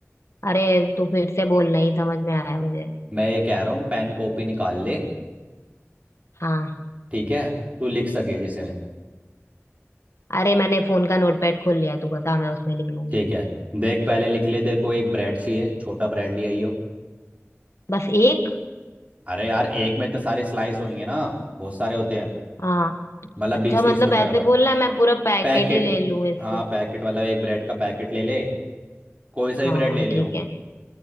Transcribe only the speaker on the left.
अरे तू फिर से बोलना ही समझ में आया मुझे
हाँ
अरे मैंने फोन का नोटपैड खोल लिया तू बता मैं उसमें लिख लूंगी
बस एक
हाँ
अच्छा
मतलब
ऐसे
बोलना है मैं पूरा पैकेट
ही ले लूं इससे
हाँ
ठीक है